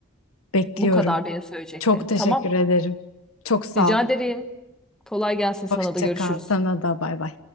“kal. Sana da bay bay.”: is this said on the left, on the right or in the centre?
Left